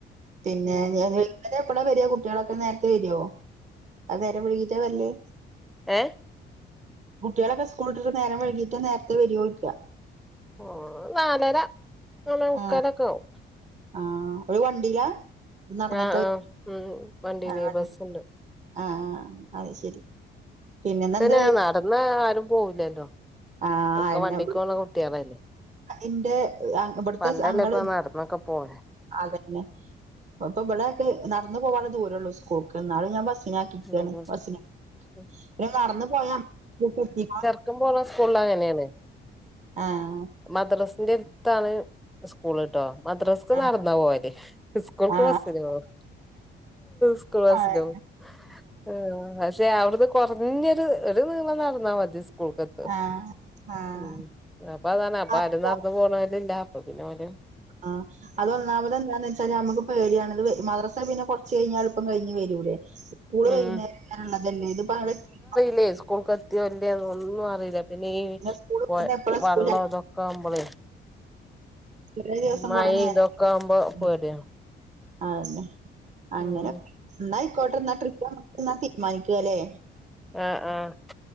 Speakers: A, on the right; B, in the centre.
A: പിന്നെ
B: ഉം
A: <unintelligible> വരെ എപ്പളാ വരാ കുട്ടികളൊക്കെ നേരത്തെ വരുവോ അതൊ നേരം വൈകീട്ടാ വരല്
B: ഏ
A: കുട്ടികളൊക്കെ സ്കൂളിട്ടിട്ട് നേരം വൈകിട്ടാ നേരത്തെ വരുവോയ്ക്ക
B: ഓല് നാലര നാലെമുക്കാലൊക്കെ
A: ആഹ്
B: ആവും
A: ആഹ് ഓല് വണ്ടീലാ നടന്നിട്ടാ
B: ആഹ് ആഹ് ഉം വണ്ടിയില്
A: ആഹ്
B: ബസ്സുണ്ട്
A: ആഹ് അത് ശരി പിന്നെന്നെന്താ
B: തന്നെ നടന്ന് ആരും പോവില്ലല്ലോ
A: ആഹ്
B: ഒക്കെ
A: അന്നെ
B: വണ്ടിക്ക് പോണ കുട്ടികളല്ലേ
A: ഇന്റെ ഇവിടുത്തെ
B: പണ്ടല്ലേ
A: ആങ്ങള്
B: ഇപ്പൊ നടന്നൊക്കെ പോണെ
A: അതന്നെ ഇപ്പൊബ്ടെയൊക്കെ നടന്നു പോവാളള ദൂരേള്ളൂ സ്കൂൾക്ക് എന്നാലും ഞാൻ ബസ്സിന തെ
B: ഉം
A: ബസ്സിന്
B: ഉം
A: പിന്നെ നടന്ന് പോയാ <unintelligible> എത്തീക്ക്ണൊ
B: ക്കൻ പോണ സ്കൂളിൽ അങ്ങനേണ്
A: ആഹ്
B: മദ്രസിന്റെടുത്താണ് സ്കൂൾട്ടോ മദ്രസ്ക്ക്
A: ആഹ്
B: നടന്നാ പോവല് ഇസ്കൂൾക്ക്
A: ആഹ്
B: ബസ്സിന് പോവും സ്കൂൾ ബസ്സിന്
A: ആഹ്
B: പോം ആഹ് പക്ഷെ അവിടുന്ന് കൊറഞ്ഞൊരു ഒരു നീളം നടന്നാ മതി കൂൾകെത്ത്
A: ആഹ്
B: ഉം അപ്പാതാണ് അപ്പൊ
A: ആഹ്
B: ആരും നടന്ന് പോണോര് ഇല്ല അപ്പൊ പിന്നെ ഓലും
A: ആഹ് അതൊന്നാമത് എന്താന്ന് വെച്ചാല് അമ്മക്ക് പേടിയാണിത് മദ്രസെ പിന്നെ കൊറച്ച് കഴിഞ്ഞാ പ്പം കയിഞ്ഞ് വരൂലേ സ്കൂള്
B: ഉം
A: വൈകുന്നേരം വരെള്ളതല്ലേ ഇത്പ്പ അവിടെതീക്ണൊ
B: ലേ സ്കൂൾക് ത്തിയോല്ലിയോന്നൊന്നും അറിയില്ല പിന്നെ ഈ
A: സ്കൂള് വിടുന്നത്
B: വയ്
A: എപ്പളാ
B: വള്ളം
A: സ്കൂള്
B: ഇതൊക്കാമ്പളേ
A: എലേദിവസം
B: മഴയും
A: കൊറേ നേരം
B: ഇതൊക്കെ ആവുമ്പോ
A: <unintelligible>
B: പേടിയാണ്
A: ആഹ്ശെ അങ്ങനെ
B: ഉം
A: എന്നായിക്കോട്ടെന്നാ <unintelligible> എന്നാ തീരുമാനിക്കുവല്ലേ
B: ആഹ് ആഹ്